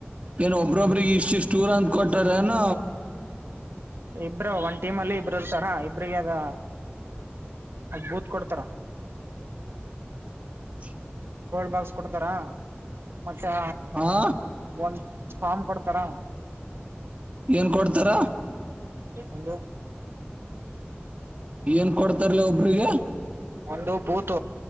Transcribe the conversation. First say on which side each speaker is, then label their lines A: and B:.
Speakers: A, on the right; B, on the right.
A: ಏನ ಒಬ್ರೊಬ್ರಿಗೆ ಇಷ್ಟ ಇಷ್ಟ ರ್ ಅಂತ ಕೊಟ್ಟಾರ ಏನ
B: ಇಬರು ಒಂದ ಟೀಮ್ ಅಲ್ಲಿ ಇಬರು ಇರ್ತಾರ ಇಬ್ರಿಗೆ ಅದ ಅಗ್ ಬೂತ್ ಕೊಡ್ತಾರ
A: <inaudible>
B: ಗೋಲ್ಡ್ ಬಾಕ್ಸ್ ಕೊಡ್ತಾರ ಮತ್ತೆ
A: ಹಾ
B: ಒಂದ್ ಫಾಮ್ ಕೊಡ್ ತರ
A: ಏನ್ ಕೊಡ್ತಾರ
B: ಹಲ
A: ಏನ್ ಕೊಡ್ತಾರಲ ಒಬ್ರಿಗೆ
B: ಒಂದು ಬೂತ